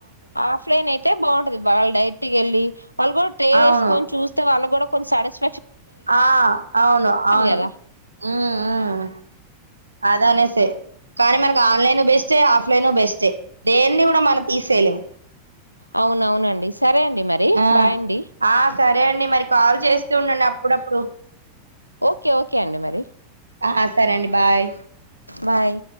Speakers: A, on the left; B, on the right.
A: ఆఫ్లైన్ అయితే బాగుంటది వాళ్ డైట్ గెళ్ళి వాళ్ళు గుడ ట్రే
B: అవును
A: వేసుకొని చూస్తే వాళ్ళ గుడ కొన్నిసాడస్
B: ఆ అవును అవును
A: కదా
B: మ్మ్ మ్మ్ అదనేసే కానీ మనకి ఆన్లైన్ బెస్టే ఆఫ్లైన్ బెస్ట్ తే దేన్ని గుడ మన తీసైలేం
A: అవునవునండి సరే అండి మరి
B: ఆ
A: బాయండి
B: ఆ సరే మరి కాల్ చేస్తూ ఉండండి అప్పుడప్పుడు
A: ఓకే ఓకే అండి మరి
B: ఆ సరే అండి బాయ్
A: బాయ్